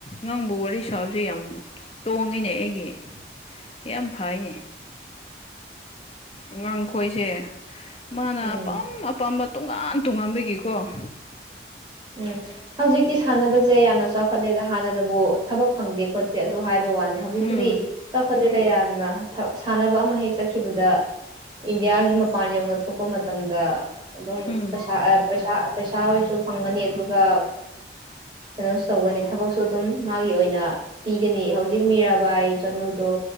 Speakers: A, on the left; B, on the right.
A: ꯅꯪꯕꯨ ꯋꯥꯔꯤ ꯁꯥꯕꯁꯦ ꯌꯥꯝ ꯇꯣꯡꯉꯤꯅꯦ ꯑꯩꯒꯤ ꯌꯥꯝ ꯐꯩꯅꯦ ꯑꯉꯥꯡꯈꯣꯏꯁꯦ ꯃꯥꯅ
B: ꯎꯝ
A: ꯑꯄꯥꯝ ꯑꯄꯥꯝꯕ ꯇꯣꯉꯥꯟ ꯇꯨꯡꯉꯥꯟꯕꯒꯤꯀꯣ
B: ꯎꯝ ꯍꯧꯖꯤꯛꯇꯤ ꯁꯥꯟꯅꯕꯁꯦ ꯌꯥꯝꯅ ꯆꯥꯎꯈꯠꯂꯦꯗ ꯍꯥꯟꯅꯗꯕꯨ ꯊꯕꯛ ꯐꯪꯗꯦ ꯈꯣꯠꯇꯦ ꯑꯗꯨ ꯍꯥꯏꯕ ꯋꯥꯅꯤ ꯍꯧꯖꯤꯛꯇꯨꯗꯤ
A: ꯎꯝ
B: ꯆꯥꯎꯈꯠꯂꯦꯗ ꯌꯥꯝꯅ ꯁꯥꯟꯅꯕ ꯑꯃ ꯍꯦꯛ ꯆꯠꯈꯤꯕꯗ ꯏꯟꯗꯤꯌꯥꯒꯤ ꯃꯄꯥꯟ ꯌꯧꯅ ꯊꯣꯛꯄ ꯃꯇꯝꯗ ꯑꯗꯨꯝ
A: ꯎꯝ
B: ꯄꯩꯁꯥ ꯄꯩꯁꯥ ꯄꯩꯁꯥ ꯍꯁꯨ ꯐꯪꯒꯅꯤ ꯑꯗꯨꯒ ꯀꯩꯅꯣꯁꯨ ꯇꯧꯒꯅꯤ ꯊꯕꯛꯁꯨ ꯑꯗꯨꯝ ꯃꯥꯒꯤ ꯑꯣꯏꯅ ꯄꯤꯒꯅꯤ ꯍꯧꯖꯤꯛ ꯃꯤꯔꯥꯕꯥꯏ ꯆꯅꯨꯗꯣ